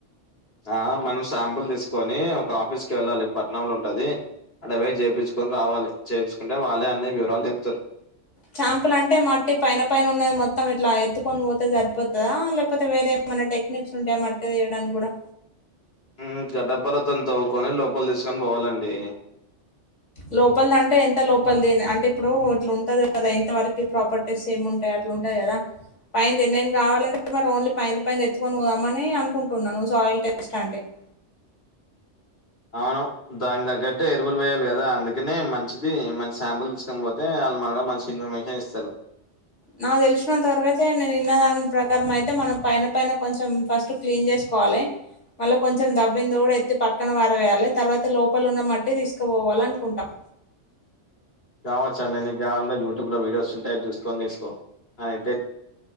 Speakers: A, on the left; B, on the left.
A: ఆ మనం శాంపుల్ తీసుకొని ఒక ఆఫీస్ కి వెళ్ళాలి పట్నం లో ఉంటది ఆడికి పోయి చేపించుకొని రావాలి చేయించుకుంటే వాళ్ళే అన్నీ వివరాలు చెప్తారు
B: శాంపుల్ అంటే మట్టి పైన పైన ఉన్నది మొత్తం ఇట్లా ఎత్తుకొని పోతే సరిపోతుందా లేకపోతే వేరే ఏమన్నా టెక్నిక్స్ ఉంటాయ మట్టి తీయడానికి కూడా
A: ఉ గడ్పర్తం తవ్వుకొని లోపల తీసుకొని పోవాలండి
B: లోపలిది అంటే ఎంత లోపలిది అంటే ఇప్పుడు ఇట్లా ఉంటది కదా ఇంతవరకు ప్రాపర్టీస్ ఏమి ఉంటాయ అట్లు ఉంటాయి కదా పైంది నేను కావాలంటే మరి ఓన్లీ పైంది పైంది ఎత్తుకొని పోదామని అనుకుంటున్నాను నువ్వు సాయిల్ టేస్ట్ అంటే <inaudible>
A: ఆ దానికి తగ్గట్టే ఎరువులు వేయాలి కదా అందుకనే మంచిది మంచి శాంపుల్ తీసుకొని పోతే వాళ్ళ మ ఆ మంచి ఇన్ఫర్మేషన్ ఇస్తారు
B: నాకు తెలిసిన వరకు అయితే నేను ఇన్నా దాని ప్రకారం అయితే మనం పైన పైన కొంచెం ఫస్ట్ క్లీన్ చేసు కోవాలి మళ్ళీ కొంచెం దవ్విిందు కూడా ఎత్తి పక్కన వరవేయాలి తర్వాత లోపల ఉన్న మట్టి తీసుకుపోవాలి అనుకుంటాం
A: కావచ్చు అండిీ నీకి కావాలంట యూట్యూబ్ లో వీడియోస్ ఉంటాయి చూసుకొని తీసుకో అని